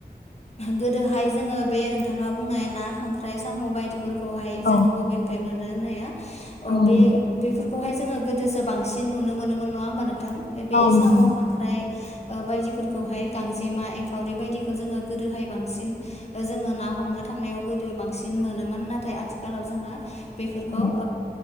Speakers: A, on the left; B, on the left.
A: गोदोहाय जोङो बे नोंथाङा बुंनाय ना खांख्राइ साम' बायदिफोरखौहाय
B: औ
A: जोङो बबेनिफ्राय मोनो होननाया अ
B: औ नंगौ
A: बे बेफोरखौहाय जोङो गोदोसो बांसिन नुनो मोनोमोन नङा होमबा नोंथां? बे
B: औ नंगौ
A: साम' खांख्राइ बायदिफोरखौहाय गांजेमा एंखावरि बायदिखौ जोङो गोदोहाय बांसिन जोङो ना हमनो थांनायाव गोदो बांसिन मोनोमोन नाथाय आथिखालाव जोङो बेफोरखौ
B: औ